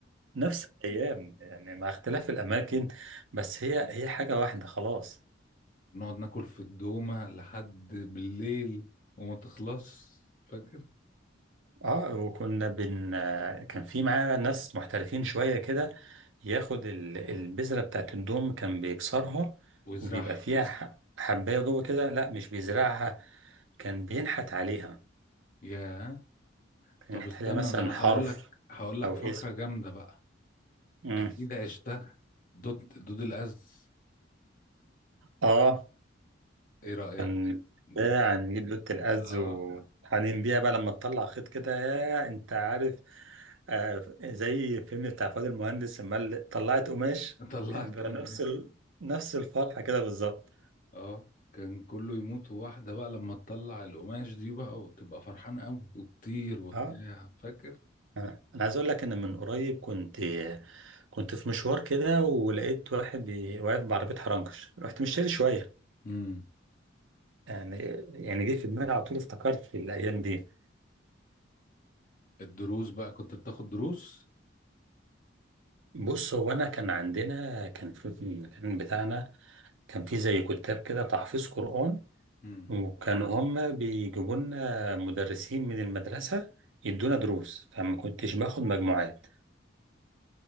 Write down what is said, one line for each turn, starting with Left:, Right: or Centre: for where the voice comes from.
Right: نفس الايام يعني مع اختلاف الاماكن بس هي هي حاجه واحده خلاص
Left: نقعد ناكل في الدومة لحد بالليل وما تخلص فاكر
Right: اه وكنا بن كان في معانا ناس محترفين شويه كده ياخد ال- البذره بتاعت الدوم كان بيكسرها
Left: ويزرعها
Right: وبيبقى فيها ح- حبايه جوه كده لا مش بيزرعها كان بينحت عليها
Left: يا
Right: كان
Left: طب
Right: ينحت
Left: استنى
Right: عليها مثلا
Left: ده أنا
Right: حرف
Left: هقول لك هقول لك
Right: او اسم
Left: فكرة جامدة بقى
Right: امم
Left: أكيد عشتها دود دود الأز
Right: اه
Left: إيه رأيك؟
Right: كان
Left: جبت-
Right: بتاع نجيب لوت الأز
Left: آه
Right: وحنين بيها بقى لما تطلع خيط كده يا انت عارف آه زي الفيلم بتاع فؤاد المهندس لما قال طلعت قماش
Left: طلعت
Right: كان بيبقى
Left: أم
Right: نفس ال... نفس الفرحة كده بالظبط
Left: اه كان كله يموت واحدة بقى لما تطلع القماش دي بقى وتبقى فرحان قوي وتطير وبتاع
Right: اه
Left: فاكر
Right: انا أنا عايز اقول لك ان من قريب كنت كنت في مشوار كده ولقيت واحد بي- واقف بعربية حرنكش رحت مشتري شوية
Left: امم
Right: يعني يعني جه في دماغي على طول افتكرت في الايام دي
Left: الدروس بقى كنت بتاخد دروس
Right: بص هو انا كان عندنا كان في كان بتاعنا كان في زي كتاب كده تحفيظ قرآن
Left: امم
Right: وكانوا هم بيجيبوا لنا مدرسين من المدرسة يدونا دروس فما كنتش باخد مجموعات